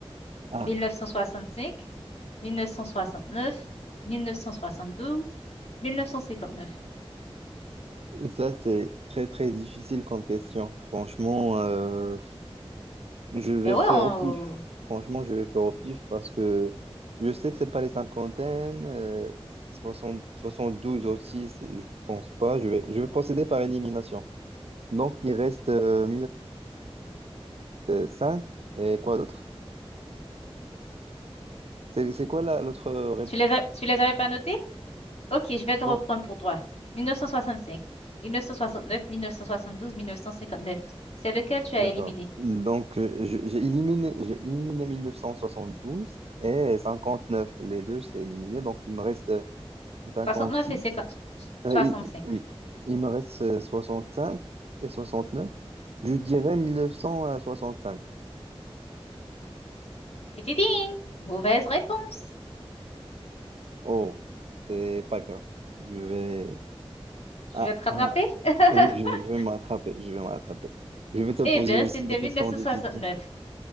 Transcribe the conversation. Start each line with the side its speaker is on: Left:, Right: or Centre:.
Right: Ah,
Left: 1965, 1969, 1972, 1959.
Right: ça c'est très très difficile comme question. Franchement, euh, je vais
Left: Ben ouais,
Right: faire
Left: on-
Right: au pif. Franchement, je vais faire au pif parce que je sais que c'est pas les cinquantaines, euh, soixante soixante-douze aussi, c'est- je pense pas. Je vais, je vais procéder par élimination. Donc il reste euh, cinq et quoi d'autre? C'est c'est quoi la- l'autre réponse?
Left: tu les as- tu les avais pas notés? Ok, je vais te
Right: Non,
Left: reprendre pour toi. 1965, 1969, 1972, 1959. C'est lequel tu
Right: d'accord.
Left: as éliminé?
Right: Donc, euh, je- j'ai éliminé, j'ai éliminé douze et 59. Les deux, c'est éliminé. Donc, il me reste euh,
Left: 69
Right: six.
Left: et 50
Right: Euh,
Left: 65.
Right: il- il- oui, il me reste euh, cinq et 69. Je dirais 1965.
Left: Tititing! Mauvaise réponse.
Right: Oh, c'est pas grave. Je vais. Ah,
Left: Tu vas te rattraper?
Right: ah,
Left: <laughs>
Right: oui, je, je vais me rattraper. Je vais me rattraper. Je vais te poser
Left: Eh bien,
Right: aussi
Left: c'était
Right: des questions
Left: 1969.
Right: difficiles.